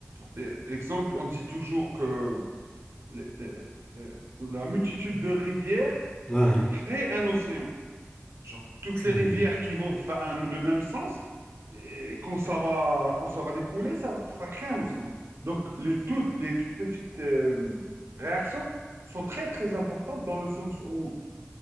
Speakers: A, on the right; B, on the left.
A: l- exemple, on dit toujours que les- euh, euh, la multitude de rivières
B: Ouais.
A: crée un océan. Genre, toutes
B: C'est
A: les
B: bon.
A: rivières qui vont vers un- le même sens, et quand ça va, quand ça va découler, ça, va- ça va créer un océan. Donc, les, toutes, les toutes petites euh, réactions sont très, très importantes dans le sens où,